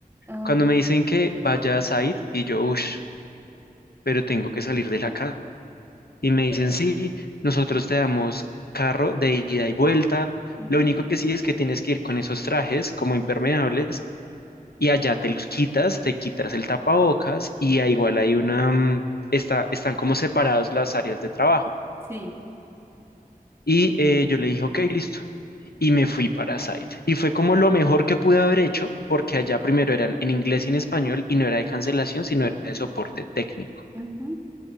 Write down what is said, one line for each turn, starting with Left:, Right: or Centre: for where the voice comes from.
Right: ah,
Left: Cuando me dicen que vaya a site, y yo, uff, pero tengo que salir de la casa. Y me dicen,
Right: claro,
Left: sí, nosotros te damos carro de ida y vuelta.
Right: ujú,
Left: Lo único que sí es que tienes que ir con esos trajes como impermeables y allá te los quitas, te quitas el tapabocas y ah, igual hay una, mm, está, están como separados las áreas de trabajo.
Right: Sí.
Left: Y eh, yo le dije, ok, listo. Y me fui para Site. Y fue como lo mejor que pude haber hecho, porque
Right: ujú,
Left: allá primero eran en inglés y en español y no era de cancelación, sino era de soporte técnico.
Right: ujú,